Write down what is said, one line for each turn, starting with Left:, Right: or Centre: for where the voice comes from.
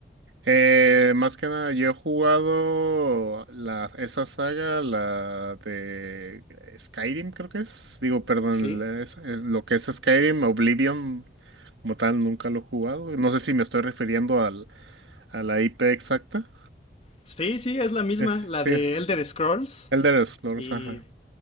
Right: Eh, más que nada, yo he jugado la, esa saga, la de Skyrim, creo que es. Digo, perdón,
Left: Sí.
Right: la- es- eh, lo que es Skyrim, Oblivion, como tal, nunca lo he jugado. No sé si me estoy refiriendo al, a la IP exacta.
Left: Sí, sí, es la misma,
Right: Es,
Left: la
Right: sí,
Left: de Elder Scrolls.
Right: Elder Scrolls,
Left: Y
Right: ajá.